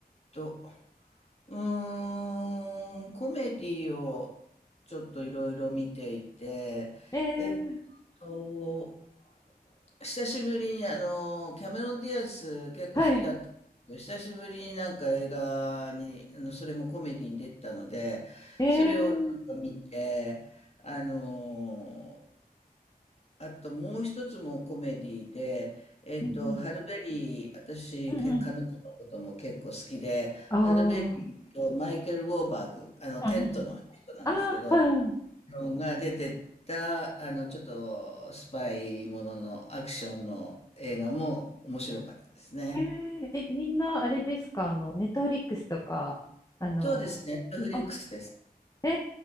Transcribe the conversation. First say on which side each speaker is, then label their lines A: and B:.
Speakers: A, on the left; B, on the left.
A: と、うーん、コメディをちょっといろいろ見ていて、
B: えー、
A: えっと、久しぶりにあの、キャメロン・ディアス結構好きだったんですけど、
B: はい。
A: 久しぶりになんか映画に、あの、それもコメディに出てたので、
B: えー、
A: それをちょっと見て、あの、あともう一つもコメディで、えっと、
B: うん
A: ハルベリー、私、
B: うん、
A: け彼女のことも結構好きで、
B: うんうん。あ
A: ハルベリーとマイケル・ウォーバーグ、あの、
B: あうんうんうん
A: テッドの人なんですけど、
B: あ、あうん。
A: が出てた、あの、ちょっとスパイもののアクションの映画も面白かったですね。
B: えーえ、みんなあれですかあの、ネットフリックスとか、あの、
A: そうですね、ネットフリックスです。
B: あ、え